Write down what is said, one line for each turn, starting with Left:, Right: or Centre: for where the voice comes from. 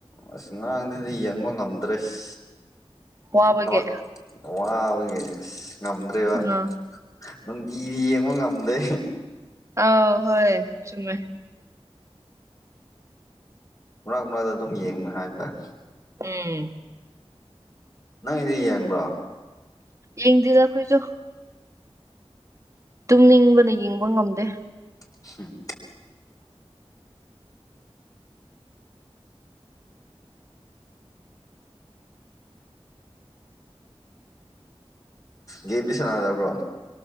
Left: ꯑꯁ ꯉꯔꯥꯡꯗꯩꯩꯗꯤ ꯌꯦꯡꯕ ꯉꯝꯗ꯭ꯔꯦ ꯑꯁ
Right: ꯋꯥꯕꯒꯤ
Left: ꯊꯛ ꯋꯥ ꯑꯩꯒꯤ ꯉꯝꯗ꯭ꯔꯦꯕ
Right: ꯑꯥ
Left: ꯅꯨꯡꯇꯤꯒꯤ ꯌꯦꯡꯕ ꯉꯝꯗꯦ
Right: ꯑꯥꯎ ꯍꯣꯏ ꯆꯃꯦ
Left: ꯃꯅꯥꯛ ꯃꯅꯥꯛꯇ ꯑꯗꯨꯝ ꯌꯦꯡꯉ ꯍꯥꯏꯕ ꯇꯥꯔꯦ
Right: ꯑꯥ
Left: ꯅꯣꯏꯗꯤ ꯌꯦꯡꯕ꯭ꯔꯣ
Right: ꯌꯦꯡꯗꯗꯈꯣꯏꯣ ꯇꯨꯝꯅꯤꯡꯕꯅ ꯌꯦꯡꯕ ꯉꯝꯗꯦ
Left: ꯍꯝ ꯒꯦꯝꯗꯤ ꯁꯥꯅꯗꯕ꯭ꯔꯣ